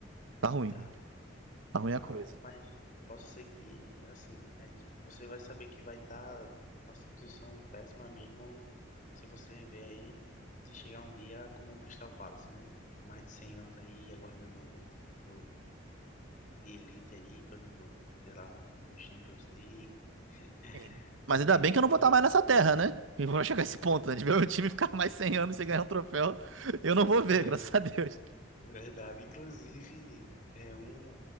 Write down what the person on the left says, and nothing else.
Tá,
tá,
mas posso ser que, assim, aí você vai saber que vai estar tá uma situação péssima mesmo se você ver aí, se chegar um dia como o Crystal Palace, né? Mais de 100 anos aí, aguardando um título de elite aí, por exemplo, sei lá, um, um Champions League. <laughs>
Porque,
inclusive,
<laughs>
Verdade. Inclusive, é, um,